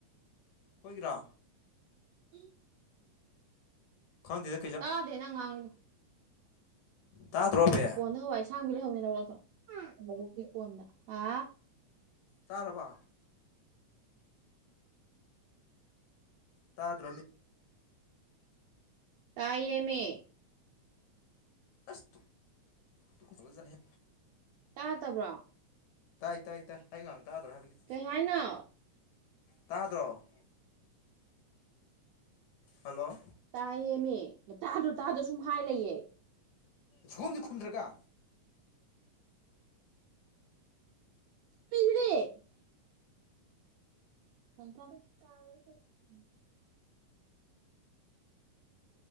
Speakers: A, on the left (about 70°); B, on the right (about 80°).
A: ꯈꯣꯏꯒꯤꯔꯣ
B: ꯎ
A: ꯈꯪꯗ
B: ꯇꯥꯗꯦ ꯅꯪ ꯉꯥꯡꯉꯤꯅ
A: ꯇꯥꯗ꯭ꯔꯣ ꯑꯕꯦ
B: ꯀꯣꯟꯗ ꯍꯋꯥꯏ ꯁꯥꯡꯕꯤ ꯂꯩꯍꯅꯤ ꯂꯧꯔꯛꯗꯣ ꯂꯧꯣꯛꯀꯤ ꯀꯣꯟꯗ ꯍꯥ
A: ꯆꯥꯔꯕꯣ ꯇꯥꯗ꯭ꯔꯝꯃꯤ꫰꫰
B: ꯇꯥꯌꯦꯃꯤ꯫
A: ꯑꯁ ꯇꯨꯀꯠꯆꯥꯕ ꯖꯥꯠꯅꯤꯍꯦ꯫
B: ꯇꯥꯗꯕꯔꯣ
A: ꯇꯥꯏ ꯇꯥꯏ ꯇꯥꯏ ꯑꯩ ꯉꯥꯡ ꯇꯥꯗ꯭ꯔꯣ ꯍꯥꯏꯕꯅꯤ
B: ꯀꯩ ꯍꯥꯏꯅꯣ
A: ꯇꯥꯗ꯭ꯔꯣ ꯍꯜꯂꯣ
B: ꯇꯥꯏꯌꯦꯃꯦ ꯇꯥꯗ꯭ꯔꯣ ꯇꯥꯗꯣ ꯁꯨꯝ ꯍꯥꯏ ꯂꯩꯌꯦ
A: ꯁꯨꯈꯨꯝꯗꯤ ꯈꯨꯝꯗ꯭ꯔꯥꯒꯥ
B: ꯄꯤꯒꯦꯔꯦ <unintelligible>